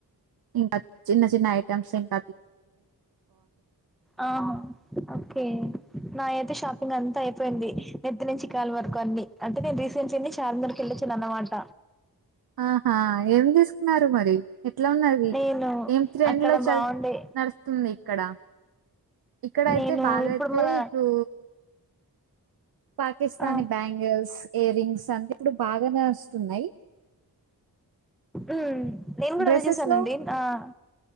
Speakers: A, on the right; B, in the centre.
A: ఇంగ చిన్న చిన్న ఐటమ్స్ ఇంక.
B: ఆహ ఓకే లయర్. త్త షాపింగ్ అంత అయిపోయింది నెత్తి నుంచి కాలి వరకు అన్ని. అంటె నేన్ రీసెంట్ చూన్ని చార్మినార్క్ వెళ్లొచ్చిన అనమాట.
A: ఆహా! ఏమి తీస్కున్నారు మరి. ఎట్ల ఉన్నది
B: నేను
A: ఏం త్రెండ్
B: అక్కడ
A: లో చద్
B: బాగుండే
A: నడుస్తుంది ఇక్కడ. ఇక్కడైతె
B: నేను
A: బాగైతె
B: ఇప్పుడు మన
A: ఇప్పుడు. పాకిస్తాని
B: ఆ
A: బ్యాంగిల్స్ ఇయర్రింగ్స్ అంత ఇప్పుడు బాగానే ఒస్తున్నై.
B: ఉమ్ నేను గుడ
A: డ్రెసెస్‌లో
B: అదే చూసానండి ఆహ్